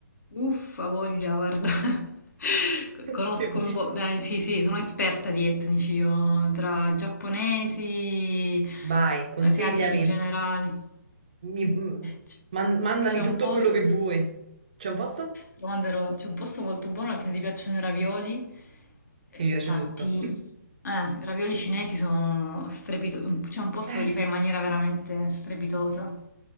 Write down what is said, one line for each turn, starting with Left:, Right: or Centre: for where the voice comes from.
Left: Uffa, voglia, guarda, <laughs>
Right: <laughs>
Left: conosco
Right: Evviva!
Left: un po'... eh, sì, sì, sono esperta di etnici io, tra giapponesi,
Right: Vai, consigliami,
Left: asiatici in generale.
Right: mi- m-
Left: C-
Right: man- mandami
Left: C'è un
Right: tutto
Left: posto...
Right: quello che vuoi. C'è un posto?
Left: Ti manderò, c'è un posto molto buono se ti piacciono i ravioli. eh,
Right: Mi piace
Left: Fatti,
Right: tutto. <laughs>
Left: eh, i ravioli cinesi sono strepitosi. C'è un posto
Right: Eh
Left: che li
Right: sì.
Left: fa in maniera veramente strepitosa.